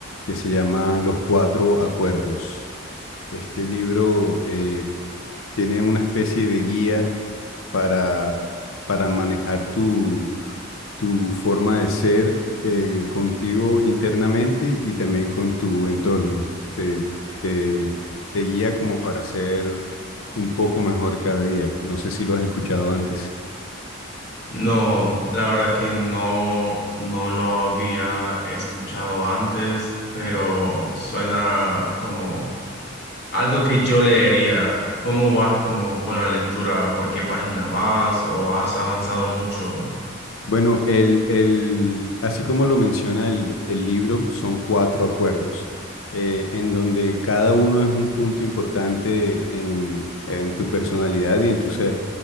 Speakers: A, on the left (about 75°); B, on the left (about 50°).
A: que se llama Los Cuatro Acuerdos. Este libro eh, tiene una especie de guía para, para manejar tu, tu forma de ser eh, contigo internamente y también con tu entorno. Te, te, te guía como para ser un poco mejor cada día. No sé si lo has escuchado antes.
B: No, la verdad que no, no lo había escuchado antes, pero suena como algo que yo leería. ¿Cómo vas como con la lectura? ¿Por qué página vas? ¿O has avanzado mucho?
A: Bueno, el, el- así como lo menciona el, el libro, son cuatro acuerdos, eh, en donde cada uno es un punto importante en, en tu personalidad y en tu ser.